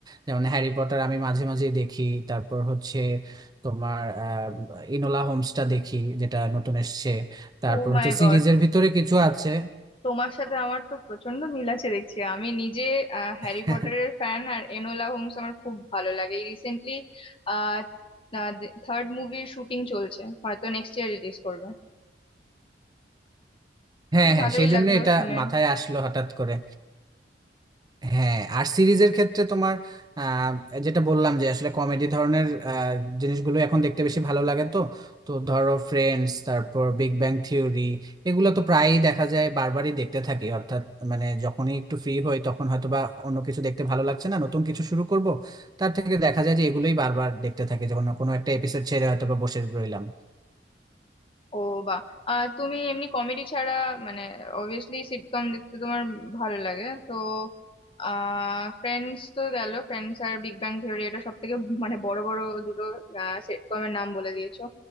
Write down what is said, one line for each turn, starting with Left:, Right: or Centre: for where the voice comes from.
Right: যেমন হ্যারি পটার আমি মাঝে মাঝে দেখি তারপর হচ্ছে তোমার আহ, ইনোলা হোমসটা দেখি যেটা নতুন এসছে তারপর
Left: ও মাই
Right: হচ্ছে
Left: গড
Right: সিরিজের ভিতরে কিছু আছে
Left: তোমার সাথে আমার তো প্রচন্ড মিল আছে দেখছি আমি নিজে হ্যারি
Right: <laughs>
Left: পটারের ফ্যান আর এনোলা হোমস আমার খুব ভালো লাগে এই রিসেন্টলি আহ থার্ড মুভির শুটিং চলছে হয়তো নেক্সট ইয়ার রিলিজ করবে
Right: হ্যাঁ
Left: বেশ
Right: হ্যাঁ
Left: ভালোই
Right: সেই জন্য
Left: লাগলো
Right: এটা
Left: শুনে
Right: মাথায় আসলো হঠাৎ করে হ্যাঁ আর সিরিজের ক্ষেত্রে তোমার আহ, যেটা বললাম যে আসলে কমেডি ধরনের আহ, জিনিসগুলো এখন দেখতে বেশি ভালো লাগে তো তো ধরো ফ্রেন্ডস তারপর বিগ ব্যাং থিওরি এগুলো তো প্রায়ই দেখা যায় বারবারই দেখতে থাকি অর্থাৎ মানে যখনই একটু ফ্রি হই তখন হয়তো বা অন্য কিছু দেখতে ভালো লাগছে না নতুন কিছু শুরু করব তার থেকে দেখা যায় যে এগুলোই বারবার দেখতে থাকি যখন কোনো একটা এপিসোড ছেড়ে হয়তো বা বসে রইলাম
Left: ও বা আর তুমি এমনি কমেডি ছাড়া মানে অবভিয়াসলি সিটকম দেখতে তোমার ভালো লাগে তো আহ ফ্রেন্ডস তো গেল ফ্রেন্ডস আর বিগ ব্যাং থিওরি এটা সব থেকে মানে বড় বড় দুটো সিটকমের নাম বলে দিয়েছো